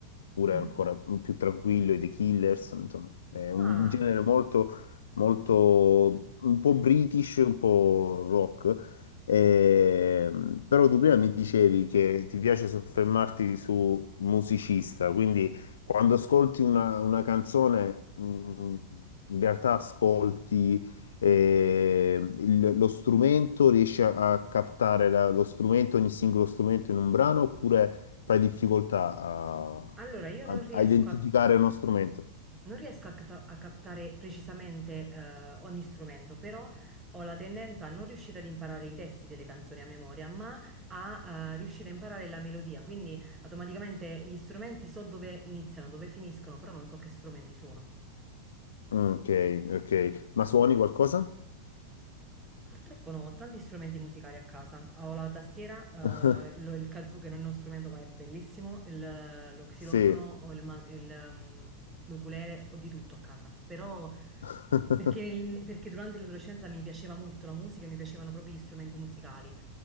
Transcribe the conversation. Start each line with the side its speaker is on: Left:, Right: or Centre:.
Left: pure
Right: Mhm.
Left: ancora più tranquillo, i The Killers, insomma, è
Right: Ah,
Left: un genere molto molto un po' british, un po' rock. Ehm, però tu prima mi dicevi che ti piace soffermarti su musicista, quindi quando ascolti una, una canzone, mm, in realtà ascolti eh, il- lo strumento, riesci a, a captare la- lo strumento, ogni singolo strumento in un brano, oppure fai difficoltà a,
Right: allora io
Left: a-
Right: non riesco
Left: a identificare
Right: a
Left: uno strumento?
Right: Non riesco a, cata- a captare precisamente eh, ogni strumento, però ho la tendenza a non riuscire ad imparare i testi delle canzoni a memoria, ma a eh, riuscire a imparare la melodia. Quindi automaticamente gli strumenti so dove iniziano, dove finiscono, però non so che strumenti sono.
Left: Mm, ok, ok. Ma suoni qualcosa?
Right: Purtroppo no, ho tanti strumenti musicali a casa. Ho la tastiera,
Left: <laughs>
Right: eh, lo- il kazoo che non è uno strumento ma è bellissimo, il- lo xilofono,
Left: Sì.
Right: ho il, ma- il, ehm, l'ukulele, ho di tutto a casa. Però
Left: <laughs>
Right: perché, nel- perché durante l'adolescenza mi piaceva molto la musica, mi piacevano proprio gli strumenti musicali.